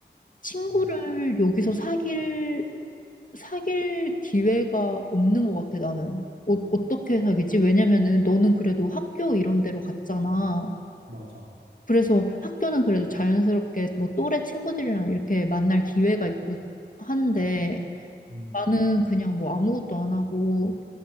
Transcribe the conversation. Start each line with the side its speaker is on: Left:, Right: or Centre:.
Left: 친구를
Right: 음,
Left: 여기서 사귈 사귈 기회가 없는 것 같아, 나는. 어, 어떻게 사귀지? 왜냐면은 너는 그래도 학교 이런 데로 갔잖아.
Right: 맞아.
Left: 그래서 학교는 그래도 자연스럽게 뭐 또래 친구들이랑 이렇게 만날 기회가 있고 한데
Right: 음.
Left: 나는 그냥 뭐 아무것도 안 하고